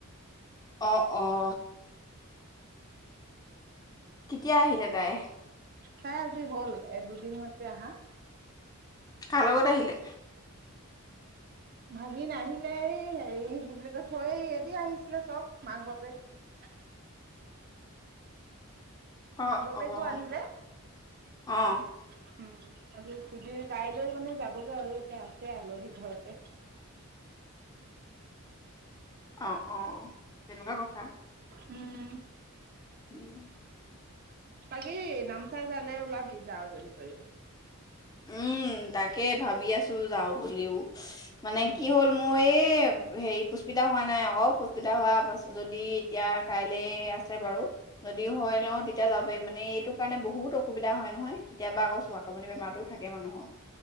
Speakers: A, on the left; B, on the right.
A: অ', অ'। কেতিয়া আহিলে তাই?
B: তাই আজি হ'ল এ দুদিন হৈছে আহা।
A: কাৰ লগত আহিলে?
B: ভাগিন আহিলে, এই হেৰি কি বুলি কয় থৈ এদি আহিছিলে চব মাক বাপেক।
A: অ',
B: মাক-বাপেকো
A: অ',
B: আহিলে।
A: অ'।
B: <unintelligible> কাইলৈ মানে যাবগৈ আৰু এতিয়া আছে আলহী ঘৰতে।
A: অ', অ', তেনেকুৱা কথা।
B: উম
A: <inaudible>
B: বাকি নামচাই জালে ওলাবি যাওঁ যদি তইয়ো।
A: উম, তাকে ভাবি আছো যাওঁ বুলিও। মানে
B: উম,
A: কি হ'ল মোৰ এই হেৰি পুস্পিতা হোৱা নাই আকৌ পুস্পিতা হোৱা পাছত যদি এতিয়া কাইলে আছে বাৰু, যদি হয় লও তেতিয়া যাব পাৰিম মানে এইটো কাৰণে বহুত অসুবিধা হয় নহয় কেতিয়াবা আকৌ চোৱাকুনি বেমাৰতোত। থাকে মানুহৰ।